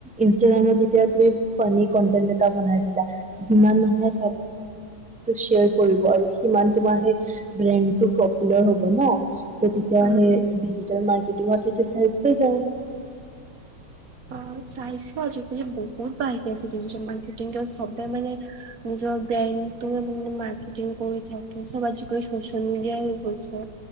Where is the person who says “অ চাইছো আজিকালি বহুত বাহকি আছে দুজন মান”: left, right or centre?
Right